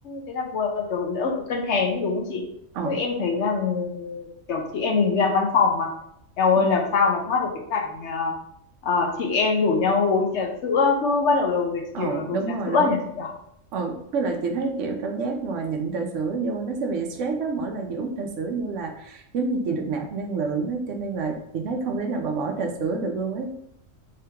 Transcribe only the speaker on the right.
ờ
ừ.
Ồ
đúng
rồi
đó
Ồ với lại chị thấy kiểu cảm giác mà nhịn trà sữa vô nó sẽ bị stress đó mỗi lần chị uống trà sữa vô là giống như chị được nạp năng lượng đó cho nên là chị thấy không thể nào mà bỏ trà sữa được luôn ấy